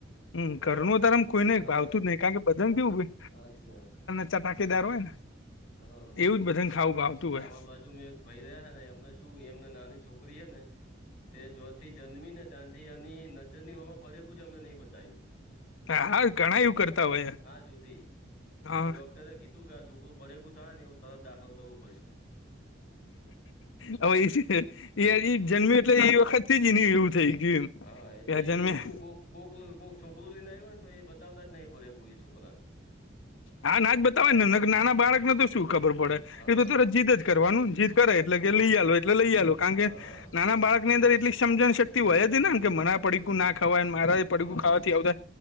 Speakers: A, on the left; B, on the left.
A: હમ ઘરનું
B: આપ
A: તારેમ કોઈને
B: હા
A: ભાવતું નઈ કારણ કે બધાને કેવું હોય
B: હાચી વાત
A: ચટાકેદાર હોય ને
B: હા
A: એવું જ બધાને ખાવું આપતું
B: આમાં
A: હોય
B: બાજુ મેં એક ભાઈ રહ્યા ને એમને શું એમને નાની છોકરી હે ને તે જો તે જન્મી ને ત્યાંથી એની નજર ની હોવામાં પડે કોઈ પૂજા અમને નહી બતાઈ
A: હા હા ઘણા એવું કરતા હોય
B: હા જયોતિ
A: હા
B: અને ડોક્ટરે કીધું કે આ સુકું પડે એવુ થાય ને એવું તરત દાખલ થવું પડશે
A: હવે એ છે જન્મ્યો એટલે એ વખત તે જ એવું થાય
B: હા એટલે
A: કે અજન્મા
B: એ શું કોક કોક કઈ છોકરું લઈને આવ્યું હોઈને તો એ બતાવતા જ નહીં પૂરે પૂરું એ છોકરાંને
A: હા ના જ બતાવે ને નાના બાળકને તો શું ખબર પડે
B: હા
A: એ તો તરજ જીદ જ કરવાનું જીદ કરે એટલે
B: હા
A: કે લઈ આલો એટલે લઈ આલો કારણ
B: હા
A: કે
B: હા
A: નાના બાળક ની અંદર એટલી સમજણ શક્તિ હોય જ ને કે મારા
B: સાચી
A: પડીકું
B: વાત
A: ના ખવાય મારા પડકું
B: હા
A: ખાવાથી વગર